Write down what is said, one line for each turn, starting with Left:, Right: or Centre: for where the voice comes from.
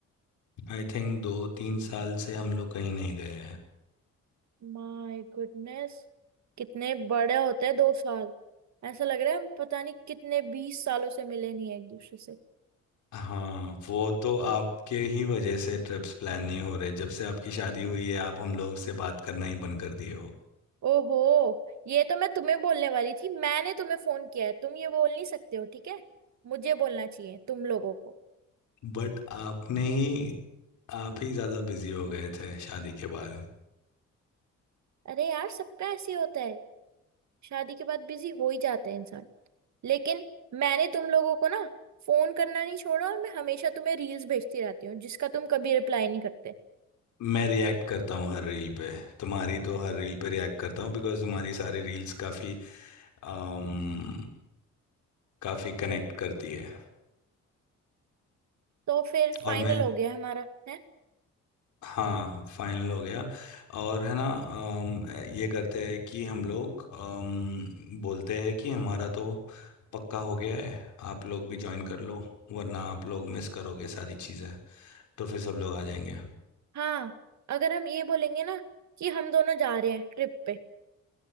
Left: आई थिंक दो तीन साल से हम लोग कहीं नहीं गए
Right: माय गुडनेस कितने बड़े होते हैं दो साल ऐसा लग रहा है हम पता नहीं कितने बीस सालों से मिले नहीं है एक दूसरे से
Left: हाँ वो तो आपके ही वजह से ट्रिप्स प्लान नहीं हो रहे जब से आपकी शादी हुई है आप हम लोग से बात करना ही बंद कर दिए हो
Right: ओहो ये तो मैं तुम्हें बोलने वाली थी मैंने तुम्हें फोन किया है तुम ये बोल नहीं सकते हो ठीक है मुझे बोलना चाहिए तुम लोगों को
Left: बट आपने ही आप ही ज़्यादा बिजी हो गए थे शादी के बाद
Right: अरे यार सबका ऐसे ही होता है शादी के बाद बिजी हो ही जाते हैं इंसान लेकिन मैंने तुम लोगों को ना फोन करना नहीं छोड़ा और मैं हमेशा तुम्हें रील्स भेजती रहती हूँ जिसका तुम कभी रिप्लाई नहीं करते
Left: मैं रिएक्ट करता हूँ हर रील पे तुम्हारी तो हर रील पे रिएक्ट करता हूँ बिकॉज़ तुम्हारी सारी रील्स काफ़ी अम, काफ़ी कनेक्ट करती है
Right: तो फिर
Left: और
Right: फाइनल
Left: मैं
Right: हो गया हमारा है
Left: हाँ फाइनल हो गया और है ना अम, ये करते हैं कि हम लोग अम, बोलते हैं कि हमारा तो पक्का हो गया है आप लोग भी ज्वाइन कर लो वरना आप लोग मिस करोगे सारी चीज़ें तो फिर सब लोग आ जाएंगे
Right: हाँ अगर हम ये बोलेंगे ना कि हम दोनों जा रहे हैं ट्रिप पे